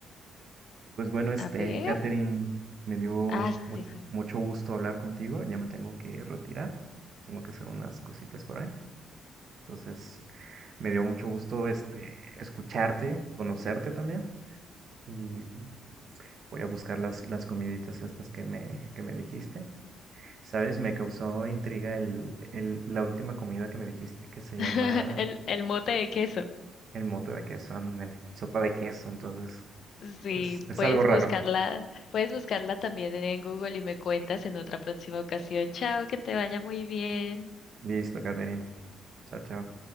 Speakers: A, on the right (about 55°); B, on the left (about 60°).
A: Pues bueno, este,
B: A ver.
A: Catherine, me dio
B: Ah, sí.
A: mu- mucho gusto hablar contigo. Ya me tengo que retirar. Tengo que hacer unas cositas por ahí. Entonces, me dio mucho gusto este escucharte, conocerte también. Y voy a buscar las, las comiditas estas que me, que me dijiste. ¿Sabes? Me causó intriga el, el- la última comida que me dijiste que se llama
B: <laughs> El, el mote de queso.
A: el mote de queso, ándale, sopa de queso, entonces
B: Sí,
A: es, es
B: puedes
A: algo raro.
B: buscarla, puedes buscarla también en Google y me cuentas en otra próxima ocasión. Chao, que te vaya muy bien.
A: Listo, Caterina. Chao, chao.